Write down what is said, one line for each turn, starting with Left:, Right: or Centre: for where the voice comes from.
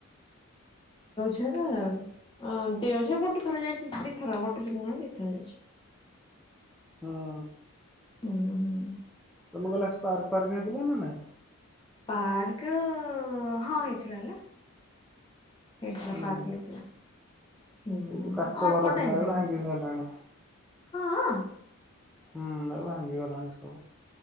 Left: <unintelligible> ଅଁ ଦେଓଝର ଗୋଟେ ଥର ଯାଇଚି ଦି ଥର ଗୋଟେ ଥର ନୁହଁ ଦି ଥର ଯାଇଚି।
Centre: ହଁ।
Left: ହୁଁ ହୁଁ।
Centre: ତମେ ଗଲା ଆସି ପାର୍କ ଫାର୍କ ହେଇଥିଲା ନା ନାଇଁ।
Left: ପାର୍କ ହଁ ହେଇଥିଲା ନା। ହେଇଥିଲା
Centre: ହୁଁ
Left: ପାର୍କ ହେଇଥିଲା। ହୁଁ
Centre: ଏଇ ଯୋଉ କାଚ
Left: ଅଳ୍ପ
Centre: ଘର ଥିଲା
Left: ଟାଇମ୍
Centre: ଏବେ
Left: ପାଇଁ ହେଇଥିଲା
Centre: ଭାଙ୍ଗି ସାରିଲାଣି।
Left: ହଁ।
Centre: ହୁଁ ଏ ଭାଙ୍ଗିଗଲାଣି ସବୁ।